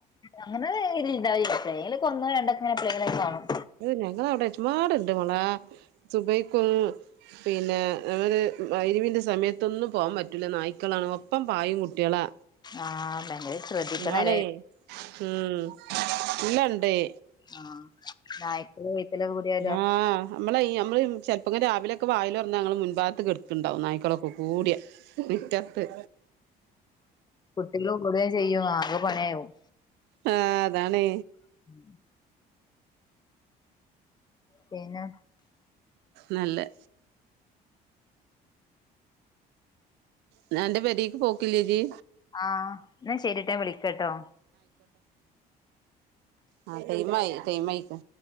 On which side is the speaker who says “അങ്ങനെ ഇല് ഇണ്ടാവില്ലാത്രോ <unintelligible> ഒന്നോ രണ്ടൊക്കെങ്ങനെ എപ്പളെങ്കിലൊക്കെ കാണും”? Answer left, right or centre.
Left